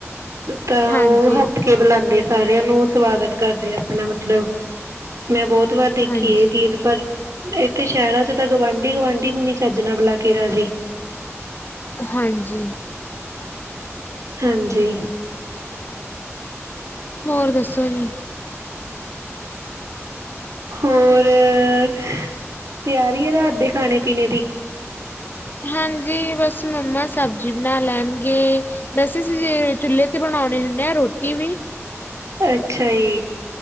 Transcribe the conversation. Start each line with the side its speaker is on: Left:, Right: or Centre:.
Right: ਤਾਂ
Left: ਹਾਂਜੀ
Right: ਉਹ ਹੱਸ ਕੇ ਬੁਲਾਂਦੇ। ਸਾਰਿਆਂ ਨੂੰ ਸਵਾਗਤ ਕਰਦੇ ਆਪਣਾ ਮਤਲਬ- ਮੈਂ ਬਹੁਤ ਵਾਰ ਦੇਖੀ
Left: ਹਾਂਜੀ
Right: ਇਹ ਚੀਜ਼ ਪਰ- ਇੱਥੇ ਸ਼ਹਿਰਾਂ 'ਚ ਤਾਂ ਗਵਾਂਢੀ ਗਵਾਂਢੀ ਨੂੰ ਨੀ ਚੱਜਣਾ ਬਲਾ ਕੇ ਰਾਜੀ।
Left: ਹਾਂਜੀ
Right: ਹਾਂਜੀ
Left: ਹੋਰ ਦੱਸੋ ਜੀ
Right: ਹੋਰ- ਤਿਆਰੀ ਐ ਰਾਤ ਦੇ ਖਾਣੇ ਪੀਣੇ ਦੀ।
Left: ਹਾਂਜੀ ਬਸ ਮੰਮਾ ਸਬਜ਼ੀ ਬਣਾ ਲੈਣਗੇ। ਵੈਸੇ ਅਸੀ ਜੇ ਚੁੱਲੇ ਤੇ ਬਣਾਉਣੇ ਹੁੰਨੇ ਆ ਰੋਟੀ ਵੀ।
Right: ਅੱਛਾ ਈ।